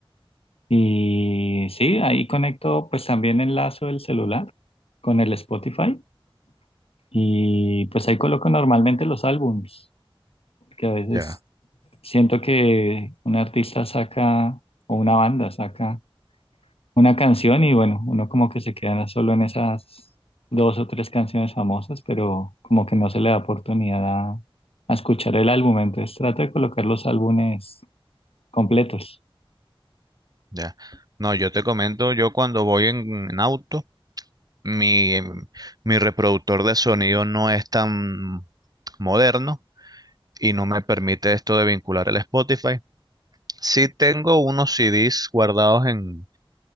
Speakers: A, on the left (about 80°); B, on the right (about 40°).
A: Y sí, ahí conecto pues también el lazo del celular con el Spotify y pues ahí coloco normalmente los álbums, que a veces
B: Ya,
A: siento que un artista saca o una banda saca una canción y bueno, uno como que se queda solo en esas dos o tres canciones famosas, pero como que no se le da oportunidad a, a escuchar el álbum, entonces trato de colocar los álbumes completos.
B: ya. No, yo te comento, yo cuando voy en en auto, Mi, em, mi reproductor de sonido no es tan moderno y no me permite esto de vincular el Spotify. Sí tengo unos CDs guardados en,